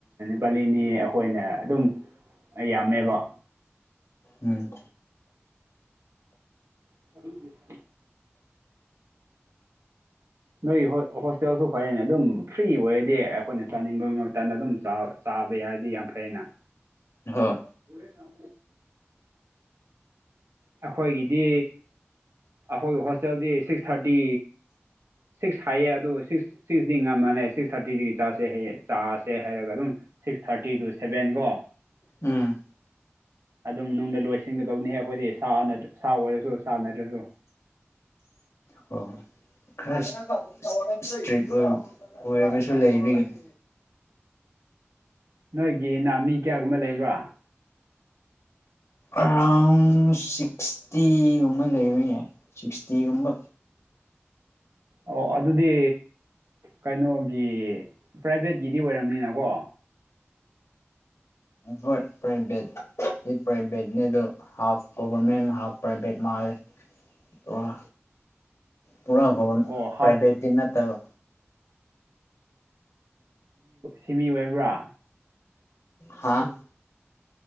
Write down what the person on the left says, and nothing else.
ꯎꯝ
ꯍꯣꯏ
ꯎꯝ
ꯍꯣꯏ ꯈꯔ ꯏꯁꯇ꯭ꯔꯤꯛ ꯑꯣꯏꯕꯁꯨ ꯂꯩꯕꯤꯒꯤꯅꯤ
ꯑꯔꯥꯎꯟ ꯁꯤꯛꯁꯇꯤꯒꯨꯝꯕ ꯂꯩꯕ ꯌꯥꯏ ꯁꯤꯛꯁꯇꯤꯒꯨꯝꯕ
ꯍꯣꯏ ꯄ꯭ꯔꯥꯏꯚꯦꯠ ꯄ꯭ꯔꯥꯏꯚꯦꯠꯅꯦ ꯑꯗꯨꯣ ꯍꯥꯐ ꯒꯣꯚꯔꯃꯦꯟ ꯍꯥꯐ ꯄ꯭ꯔꯥꯏꯚꯦꯠ ꯃꯥꯜꯂꯦ ꯄꯨꯔꯥ ꯄꯨꯔꯥꯒ
ꯄ꯭ꯔꯥꯏꯚꯦꯠꯇꯤ ꯅꯠꯇꯕ
ꯍꯥꯥ